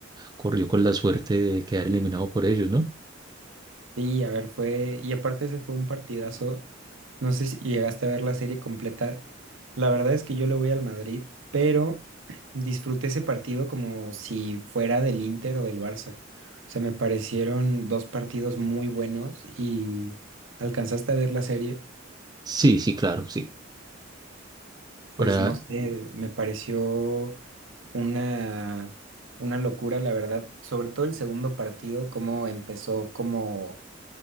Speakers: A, on the right; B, on the right.
A: corrió con la suerte de quedar eliminado por ellos, ¿no?
B: Sí, a ver, fue, y aparte ese fue un partidazo, no sé si llegaste a ver la serie completa, la verdad es que yo le voy al Madrid, pero <clears throat> disfruté ese partido como si fuera del Inter o del Barça, o sea, me parecieron dos partidos muy buenos y alcanzaste a ver la serie,
A: Sí, sí, claro, sí. Para,
B: pues no sé, me pareció una, una locura, la verdad, sobre todo el segundo partido, cómo empezó, como